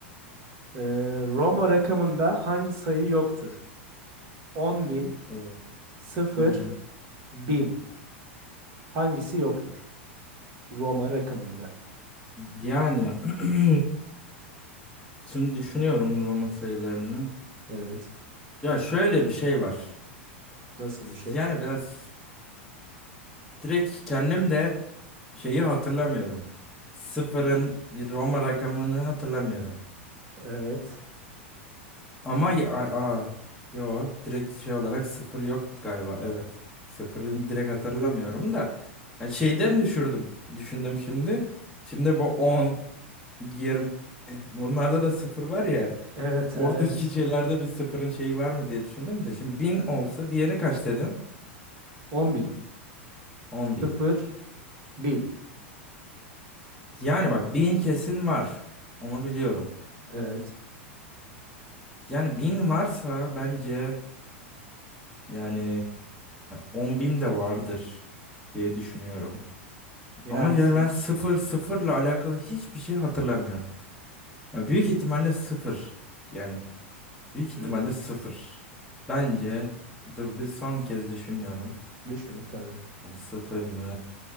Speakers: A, on the right; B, in the centre.
A: Ee, Roma rakamında hangi sayı yoktur? on bin,
B: Evet.
A: 0,
B: Hı hı.
A: 1000. Hangisi yoktur? Roma rakamında.
B: Yani <clears throat> Şimdi düşünüyorum Roma sayılarını.
A: Evet.
B: Ya şöyle bir şey var.
A: Nasıl bir şey?
B: Yani biraz direkt kendim de şeyi hatırlamıyorum. Sıfırın bir Roma rakamını hatırlamıyorum.
A: Evet.
B: Ama ya, a, a- yo direkt şey olarak sıfır yok galiba. Evet. Sıfırını direkt hatırlamıyorum da. Ya şeyden düşürdüm. Düşündüm şimdi. Şimdi bu 10. 20. Bunlarda da sıfır var ya.
A: Evet.
B: Oradaki
A: Yani.
B: şeylerde bir sıfırın şeyi var mı diye düşündüm de. Şimdi 1000 olsa diğeri kaç dedin?
A: 10 bin.
B: On
A: Sıfır
B: bin.
A: bin.
B: Yani bak 1000 kesin var. Onu biliyorum.
A: Evet.
B: Yani 1000 varsa bence yani on bin de vardır diye düşünüyorum.
A: Yani
B: Ama yani
A: sin-
B: ben sıfır sıfırla alakalı hiçbir şey hatırlamıyorum. Ya büyük ihtimalle sıfır. Yani büyük ihtimalle
A: hmm,
B: sıfır. Bence dur bir son kez düşünüyorum.
A: düşün tabii.
B: Sıfır mı?